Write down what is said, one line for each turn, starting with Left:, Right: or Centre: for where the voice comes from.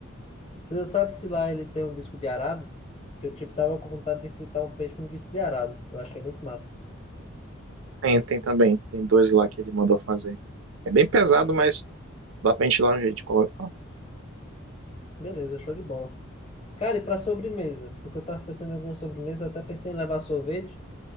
Left: Você já sabe se lá ele tem um disco de arado? Que eu tipo tava com vontade de fritar um peixe no disco de arado. Eu acho que é muito massa.
Right: Tem, tem também, tem dois lá que ele mandou fazer. É bem pesado, mas dá pra gente ir lá no jeito de colocar.
Left: Beleza, show de bola. Cara, e para sobremesa? Porque eu tava pensando em alguma sobremesa, eu até pensei em levar sorvete,